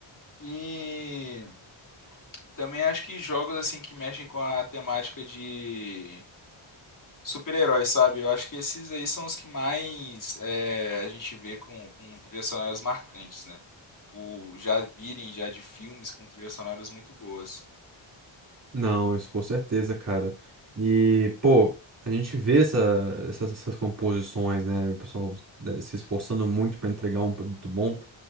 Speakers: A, on the left; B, on the right.
A: E também acho que jogos assim que mexem com a temática de super-heróis, sabe? Eu acho que esses aí são os que mais é, a gente vê com, com trilhas sonoras marcantes, né? Por já virem já de filmes com trilhas sonoras muito boas.
B: Não, isso com certeza, cara. E, pô, a gente vê essa- essas, essas composições, né? O pessoal né, se esforçando muito para entregar um produto bom.